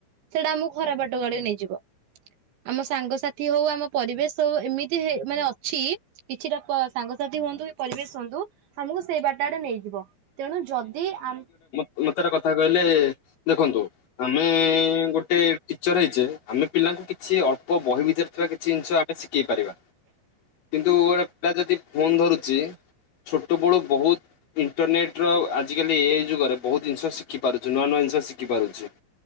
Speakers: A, on the right; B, on the left.
A: ସେଇଟା ଆମକୁ ଖରାପ ବାଟୁ ଆଡକୁ ନେଇଯିବ। ଆମ ସାଙ୍ଗସାଥି ହଉ ଆମ ପରିବେଶ ହଉ ଏମିତି ମାନେ ଅଛି କିଛିଟା ସାଙ୍ଗସାଥି ହୁଅନ୍ତୁ କି ପରିବେଶ ହୁଅନ୍ତୁ ଆମକୁ ସେଇ ବଟଟାଟେ ନେଇଯିବ। ତେଣୁ ଯଦି ଆ
B: ମତେଟା କଥା କହିଲେ ଦେଖନ୍ତୁ ଆମେ ଗୋଟେ ଟିଚର ହେଇଚେ ଆମେ ପିଲାଙ୍କୁ କିଛି ଅଳ୍ପ ବହି ଭିତରେ ଥିବା କିଛି ଜିନିଷ ଶିଖେଇ ପାରିବା।
A: ହ <unintelligible>
B: କିନ୍ତୁ ଗୋଟେ ପିଲା ଯଦି ଫୋନ୍ ଧରୁଚି ଛୋଟବେଳୁ ବହୁତ ଇଣ୍ଟରନେଟ୍ <unintelligible> ଆଜିକାଲି ଏ ଯୁଗରେ ବହୁତ ଜିନିଷ ଶିଖି ପାରୁଚି ନୂଆ ନୂଆ ଜିନିଷ ଶିଖି ପାରୁଚି।